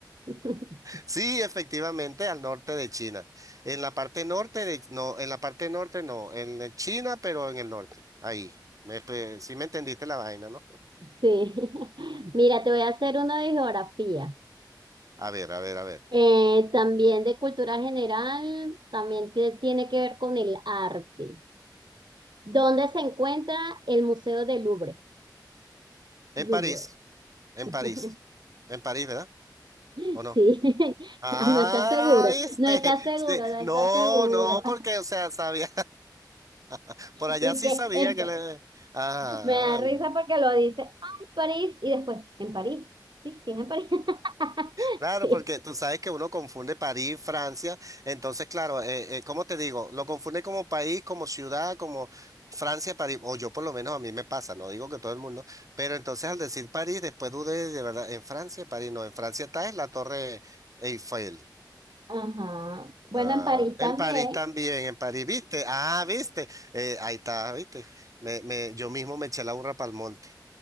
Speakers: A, on the right (about 75°); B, on the right (about 50°).
A: <laughs>
B: Sí, efectivamente, al norte de China. En la parte norte de, no, en la parte norte no, en China, pero en el norte. Ahí. Me, espe- sí me entendiste la vaina, ¿no?
A: Sí. <laughs> Mira, te voy a hacer uno de geografía.
B: A ver, a ver, a ver.
A: Eh, también de cultura general, también tie- tiene que ver con el arte. ¿Dónde se encuentra el Museo del Louvre?
B: En
A: Louvre.
B: París, en
A: <laughs>
B: París, en París, ¿verdad?
A: Sí,
B: ¿O no?
A: <laughs>
B: Ah,
A: Ah, no estás seguro,
B: este,
A: no estás seguro,
B: <laughs> sí.
A: no
B: No,
A: estás seguro.
B: no, porque, o sea, sabía, <laughs>
A: <laughs>
B: por allá
A: Y
B: sí
A: que
B: sabía
A: en-
B: que le... Ah,
A: me da risa
B: no.
A: porque lo dice, ay, París, y después, en París. Sí, sí, es en París. <laughs>
B: Claro,
A: Sí.
B: porque tú sabes que uno confunde París, Francia, entonces claro, eh, eh, ¿cómo te digo? Lo confunde como país, como ciudad, como Francia, París, o yo por lo menos a mí me pasa, no digo que todo el mundo, pero entonces al decir París, después dudé de verdad, en Francia, París, no, en Francia está en la Torre Eiffel,
A: Ajá. Bueno,
B: ah,
A: en París
B: en
A: también.
B: París también, en París, ¿viste? Ah, ¿viste? Eh, ahí está, ¿viste? Me, me, yo mismo me eché la burra para el monte.